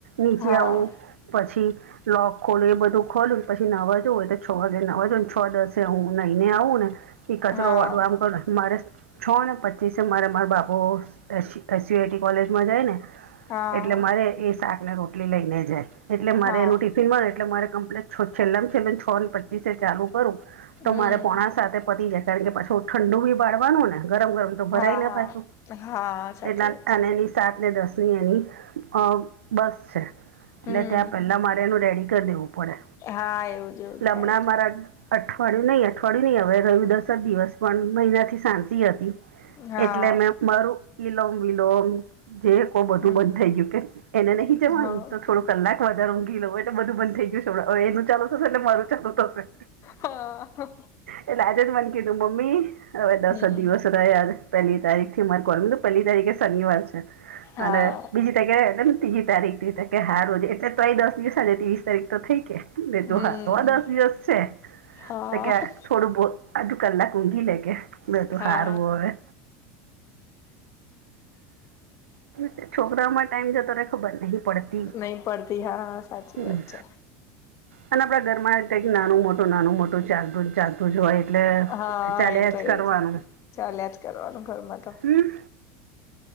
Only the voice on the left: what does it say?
હા
હા
હા
હા
હમ
હા
હા
હા સાચી
વાત છે
હમ
હા, એવું જોવું
થાય,
થાય.
હા
હમ
હા
હા
હમ
હા
હમ
હા
હા
નહી પડતી હા સાચી
વાત છે
હા
એ તો એવું
છે ચાલ્યા જ કરવાનું, ઘરમાં તો.